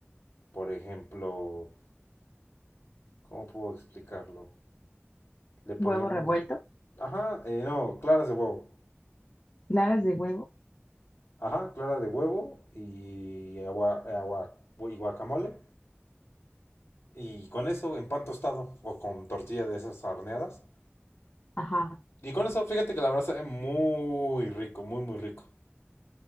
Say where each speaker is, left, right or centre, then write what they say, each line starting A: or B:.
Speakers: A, on the left (about 70°); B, on the left (about 40°).
A: por ejemplo, ¿cómo puedo explicarlo? Le poníamos,
B: huevo revuelto,
A: ajá, eh, no, claras de huevo.
B: claras de huevo.
A: Ajá, clara de huevo y agua, eh, agua y guacamole. Y con eso en pan tostado o con tortilla de esas horneadas.
B: Ajá,
A: Y con eso, fíjate que la verdad sabe muy rico, muy, muy rico.